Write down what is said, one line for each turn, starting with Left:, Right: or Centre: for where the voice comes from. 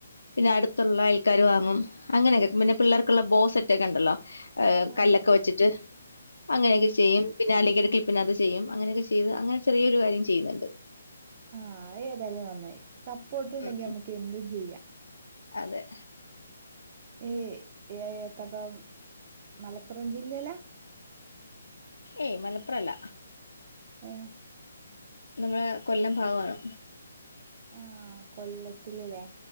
Left: പിന്നെ അടുത്തുള്ള ആൾക്കാര് വാങ്ങും അങ്ങനെയൊക്കെ പിന്നെ പിള്ളേർക്കുള്ള ബോ സെറ്റ്ൊക്കെ ഉണ്ടല്ലോ
Right: ആഹ്
Left: കല്ലൊക്കെ വെച്ചിട്ട് അങ്ങനെയൊക്കെ
Right: ഉം
Left: ചെയ്യും പിന്നെലക്ക്ടക്കിൽ പിന്ന അത് ചെയ്യും അങ്ങനെയൊക്കെ ചെയ്ത് അങ്ങെ ചെറിയൊരു കാര്ം ചെയ്യുന്നുണ്ട്
Right: ആഹ ഏതെല്ലാം നന്നായി സപ്പോർട്ട്ുണ്ടെങ്കി
Left: ഉം.
Right: നമുക്ക് എന്തും ചെയ്യാം
Left: അതെ
Right: ഏ ഏത്തപ്പം മലപ്പുറം ജില്ലയിലാ
Left: ഏയ് മലപ്പുറംല്ല
Right: ഏഹ്
Left: നമ്മടെ കൊല്ലം ഭാഗവാണ്
Right: ആഹ് കൊല്ലത്തില് ല്ലേ